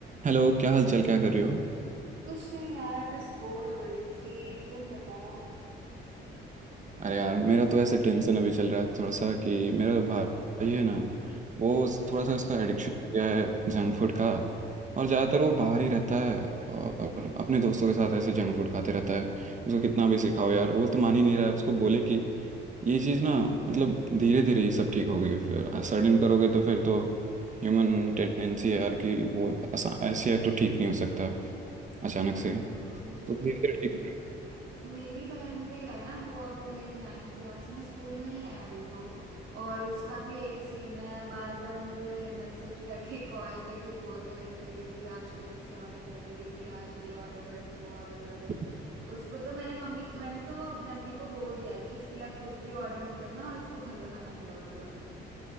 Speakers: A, on the right; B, on the right.
A: हेलो क्या हाल चाल क्या कर रही हो
B: कुछ नहीं यार बस बोर हो रही थी तुम बताओ
A: अरे यार मेरा तो ऐसे टेंशन अभी चल रहा है थोड़ा सा कि मेरा भाई है ना वो
B: हम्म,
A: थोड़ा सा उसका एडिक्शन हो गया है जंक फूड का और ज़्यादातर वो बाहर ही रहता है और अपने दोस्तों के साथ ऐसे जंक फूड खाते रहता है उसको कितना भी सिखाओ यार वो तो मान ही नहीं रहा है उसको बोले कि ये चीज़ ना मतलब धीरे धीरे ही सब ठीक होगी फिर सडन करोगे तो फिर तो ह्यूमन टेंडेंसी है यार कि वो ऐसा ऐसे है तो ठीक नहीं हो सकता अचानक
B: हाँ
A: से
B: मुझे
A: तो धीरे
B: भी
A: धीरे
B: मेरी बहन भी है ना वो अभी लाइक नाइन्थ क्लास में स्कूल में ही है अभी तो और उसका भी यही सीन है बार बार मुझे मैसेज करके <laughs> कॉल करके बोलते रहती है दीदी आज KFC ऑर्डर कर दो दीदी आज ये ऑर्डर कर दो वो ऑर्डर कर दो
A: ठीक
B: उसको तो मैंने मम्मी मैंने तो मम्मी को बोल दिया है कि इसके लिए आप कुछ भी ऑर्डर मत करना और इसको घर का खाना खिलाओ पूरा